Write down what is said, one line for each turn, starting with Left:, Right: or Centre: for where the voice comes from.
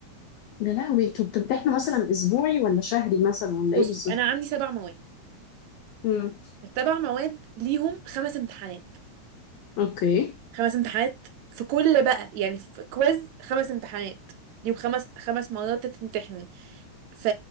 Left: يا لهوي انتوا بتمتحنوا مثلا اسبوعي ولا شهري مثلا ولا
Right: بصي
Left: ايه بالظبط
Right: انا عندي سبع مواد
Left: مم.
Right: السبع مواد ليهم خمس امتحانات
Left: اوكي
Right: خمس امتحانات في كل بقى يعني في كويز خمس امتحانات يوم خمس خمس مرات تمتحني ف